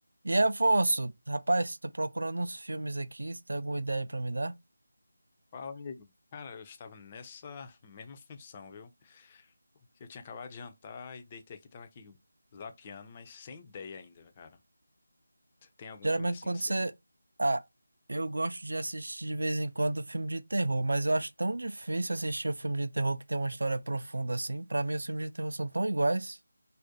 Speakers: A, on the right; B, on the left.
A: E aí, Afonso, rapaz, tô procurando uns filmes aqui, se tem alguma ideia pra me dar?
B: Fala, amigo. Cara, eu estava nessa mesma função, viu? Porque eu tinha acabado de jantar e deitei aqui, tava aqui zapeando, mas sem ideia ainda, cara. Você Tem algum
A: Geralmente
B: filme assim
A: quando
B: que você.
A: você... Ah, eu gosto de assistir de vez em quando filme de terror, mas eu acho tão difícil assistir o filme de terror que tem uma história profunda assim. Pra mim, os filmes de terror são tão iguais.